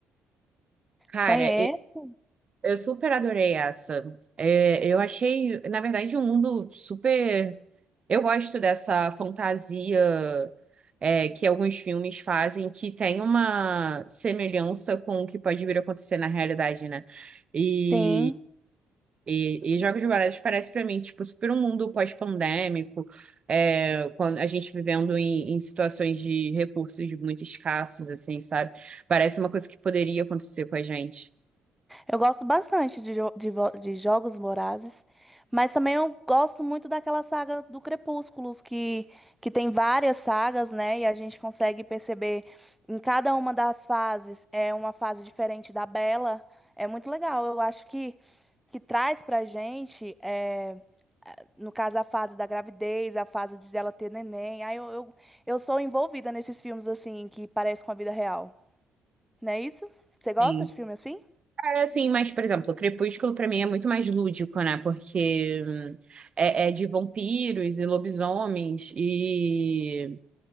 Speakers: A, on the right; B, in the centre.
A: Cara,
B: Conheço.
A: e- eu super adorei essa. É, eu achei, na verdade, um mundo super. Eu gosto dessa fantasia é, que alguns filmes fazem, que tem uma semelhança com o que pode vir a acontecer na realidade, né? E,
B: Sim.
A: e, e Jogos Vorazes parece para mim, tipo, super um mundo pós-pandêmico, é, quando a gente vivendo em, em situações de recursos muito escassos, assim, sabe? Parece uma coisa que poderia acontecer com a gente.
B: Eu gosto bastante de, jo- de, vo- de Jogos Vorazes, mas também eu gosto muito daquela saga do Crepúsculos, que, que tem várias sagas, né? E a gente consegue perceber em cada uma das fases é uma fase diferente da Bella. É muito legal. Eu acho que, que traz pra gente, é, no caso, a fase da gravidez, a fase de dela ter neném. Aí eu, eu, eu sou envolvida nesses filmes, assim, que parecem com a vida real. Não é isso? Você gosta
A: Sim.
B: de filme assim?
A: É assim, mas, por exemplo, o Crepúsculo pra mim é muito mais lúdico, né? Porque hum, é, é de vampiros e lobisomens e